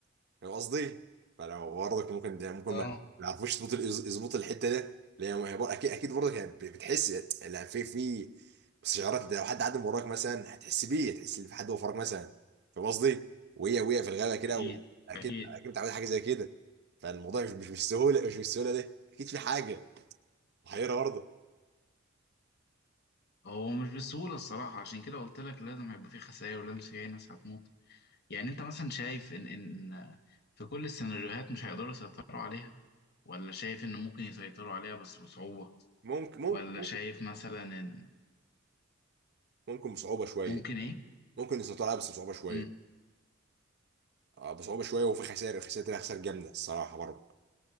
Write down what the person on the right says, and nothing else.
فاهم قصدي؟ فلو برضك ممكن ده ممكن
ما ما يعرفوش يظبط الإز- يظبط الحته ده لان هي ما هي بر- اكيد اكيد برضك هي ب- بتحس لا في في استشعارات لو حد عدى من وراك مثلا هتحس بيه هتحس ان في حد وفرك مثلا فاهم قصدي؟ وهي وهي في الغابه كده
واكيد
اكيد متعود على حاجه زي كده فالموضوع مش مش بالسهوله مش بالسهوله دي اكيد في حاجه محيره برضه
ممكن ممكن
ممكن
ممكن بصعوبه شويه
ممكن يسيطروا عليها بس بصعوبه شويه
آه، بصعوبه شويه وفي خسائر خسائر خسائر جامده الصراحه برضه